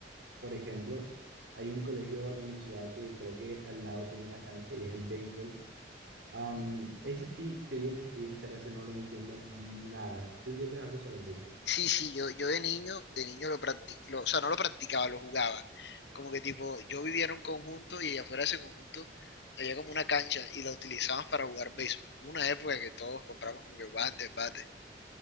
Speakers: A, on the right; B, on the left.
A: por ejemplo, hay un colegio en mi ciudad que creo que al lado tiene una cancha y es el béisbol. Am,
B: Mm,
A: ese sí, te digo que estoy en cero, ese no le entiendo nada. ¿Tú entiendes algo sobre el béisbol?
B: Sí, sí, yo, yo de niño, de niño lo practicaba, o sea, no lo practicaba, lo jugaba. Como que tipo, yo vivía en un conjunto y afuera de ese conjunto había como una cancha y la utilizaban para jugar béisbol. Hubo Una época que todos compramos como que guantes, bates.